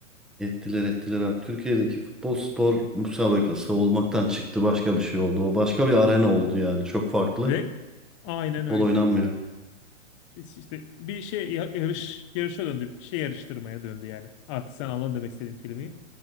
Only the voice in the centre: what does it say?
Ettiler ettiler abi. Türkiye'deki futbol spor müsabakası olmaktan çıktı. Başka bir şey oldu. O başka bir arena oldu yani. Çok farklı.
Futbol
oynanmıyor.